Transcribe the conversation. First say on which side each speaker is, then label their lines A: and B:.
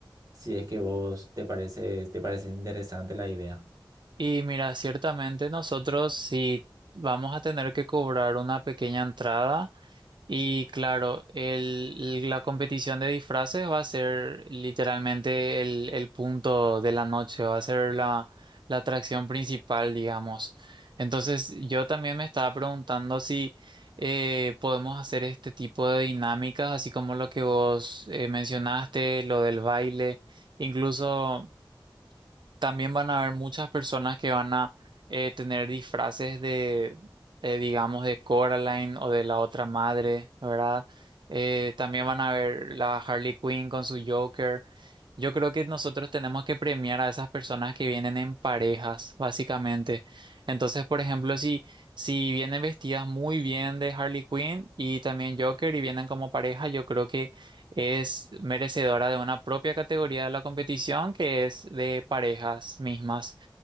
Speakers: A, on the right (about 45°); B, on the right (about 65°).
A: si es que vos te parece, te parece interesante la idea.
B: Y mira, ciertamente nosotros sí vamos a tener que cobrar una pequeña entrada y claro, el, la competición de disfraces va a ser literalmente el, el punto de la noche, va a ser la, la atracción principal, digamos. Entonces yo también me estaba preguntando si eh, podemos hacer este tipo de dinámicas, así como lo que vos eh, mencionaste, lo del baile, incluso... También van a haber muchas personas que van a eh, tener disfraces de, eh, digamos, de Coraline o de la otra madre, ¿verdad? Eh, también van a ver la Harley Quinn con su Joker. Yo creo que nosotros tenemos que premiar a esas personas que vienen en parejas, básicamente. Entonces, por ejemplo, si, si vienen vestidas muy bien de Harley Quinn y también Joker y vienen como pareja, yo creo que es merecedora de una propia categoría de la competición que es de parejas mismas.